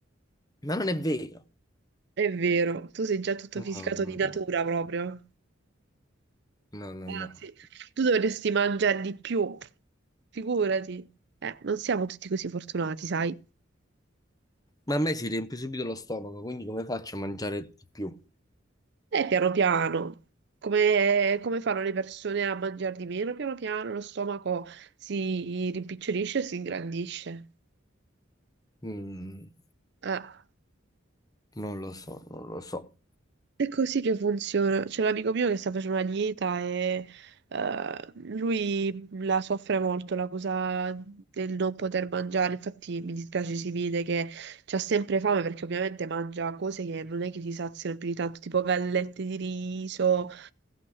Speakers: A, on the left; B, on the right.
A: Ma non è vero.
B: è vero, tu sei già tutto
A: No,
B: fisicato
A: no,
B: di natura
A: no,
B: proprio,
A: no, no,
B: anzi,
A: no.
B: tu dovresti mangiare di più, figurati, eh, non siamo tutti così fortunati, sai?
A: Ma a me si riempie subito lo stomaco, quindi come faccio a mangiare di più?
B: E piano piano, come, come fanno le persone a mangiare di meno, piano piano lo stomaco si rimpicciolisce e si ingrandisce.
A: Mm,
B: Ah.
A: non lo so, non lo so.
B: È così che funziona. C'è l'amico mio che sta facendo una dieta e eh, lui la soffre molto, la cosa del non poter mangiare. Infatti mi dispiace, si vede che c'ha sempre fame perché ovviamente mangia cose che non è che ti saziano più di tanto, tipo gallette di riso,